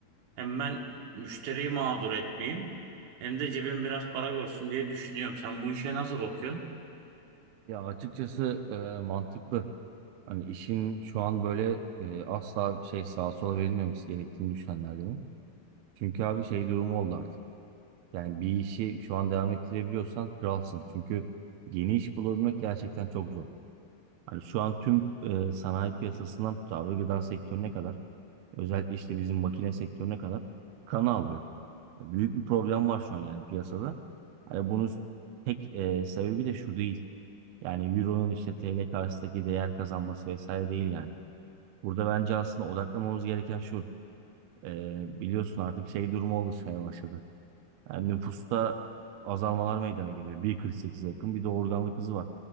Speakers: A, on the right; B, on the right.
A: Hem ben müşteriyi mağdur etmeyeyim. Hem de cebim biraz para görsün diye düşünüyorum. Sen bu işe nasıl bakıyorsun?
B: Ya açıkçası e, mantıklı. Hani işin şu an böyle e, asla şey sağa sola verilmemesi gerektiğini düşünenlerdenim. Çünkü abi şey durumu oldu artık. Yani bir işi şu an devam ettirebiliyorsan kralsın. Çünkü yeni iş bulabilmek gerçekten çok zor. Hani şu an tüm e, sanayi piyasasından tut abi gıda sektörüne kadar özellikle işte bizim makine sektörüne kadar kan alıyor. Büyük bir problem var şu an yani piyasada. Hani bunun tek e, sebebi de şu değil. Yani Euro'nun işte TL karşısındaki değer kazanması vesaire değil yani. Burada bence aslında odaklamamız gereken şu. e, biliyorsun artık şey durumu oluşmaya başladı. Yani nüfusta azalmalar meydana geliyor. 1.48'e yakın bir de organlık hızı var.